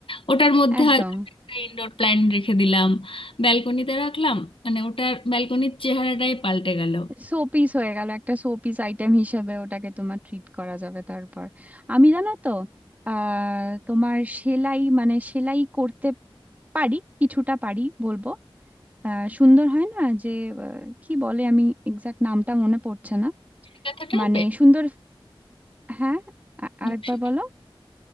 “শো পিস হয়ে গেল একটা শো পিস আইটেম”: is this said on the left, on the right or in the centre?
Right